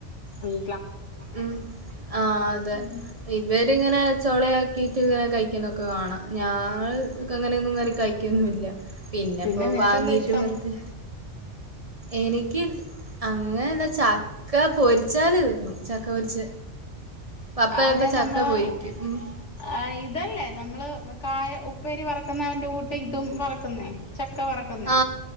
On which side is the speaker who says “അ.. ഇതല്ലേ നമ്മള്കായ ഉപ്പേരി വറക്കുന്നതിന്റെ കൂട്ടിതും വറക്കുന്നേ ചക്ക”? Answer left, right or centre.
Left